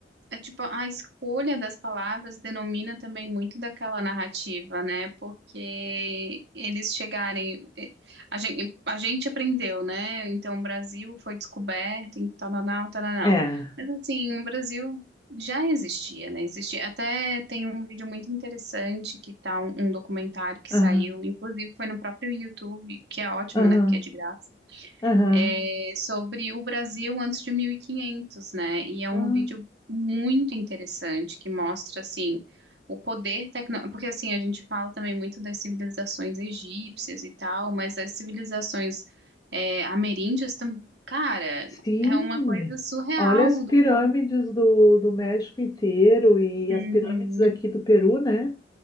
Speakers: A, on the right; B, on the left.
A: é tipo, a escolha das palavras denomina também muito daquela narrativa, né? Porque eles chegarem, eh, a gente, a gente aprendeu, né? Então, o Brasil foi descoberto em tal, tal, tal, tal, tal.
B: É.
A: Mas assim, o Brasil já existia, né? Existia, até tem um vídeo muito interessante que tá um, um documentário que
B: Aham,
A: saiu, inclusive foi no próprio YouTube, que é ótimo,
B: aham,
A: né? Porque é de graça
B: aham.
A: é, sobre o Brasil antes de 1500, né? E é
B: Ah,
A: um vídeo muito interessante que mostra, assim, o poder tecnológico. Porque, assim, a gente fala também muito das civilizações egípcias e tal, mas as civilizações é, ameríndias também. Cara,
B: Sim!
A: é uma coisa surreal
B: Olha as pirâmides
A: do quanto.
B: do, do México inteiro e
A: Uhum.
B: as pirâmides aqui do Peru, né?